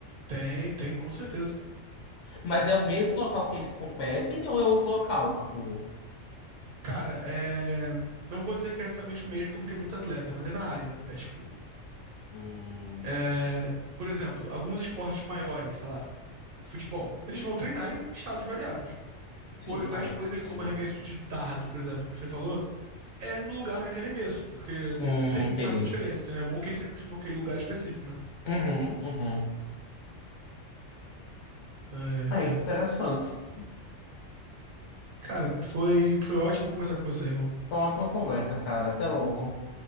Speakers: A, on the right; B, on the left.
A: Tem, tem, com certeza.
B: Mas é o mesmo local que eles competem, ou é outro local, tipo,
A: Cara, é... não vou dizer que é exatamente o mesmo, porque tem muito atleta, mas é na área. É tipo.
B: hum,
A: é, Por exemplo, alguns esportes maiores, sei lá, futebol, eles vão treinar em estados variados.
B: sim,
A: Co- Mas
B: ah, é,
A: coisas
B: sei,
A: como
B: né?
A: arremesso de dardo, por exemplo, que você falou. é no lugar de arremesso, porque não
B: Hum,
A: não tem muita
B: entendi.
A: diferença, entendeu? É bom que ele se acostuma com aquele lugar específico, né?
B: Uhum, uhum.
A: Ai, ai,
B: É
A: cara.
B: interessante.
A: Cara, foi, foi ótimo conversar com você, irmão.
B: Foi uma ótima conversa, cara. Até logo.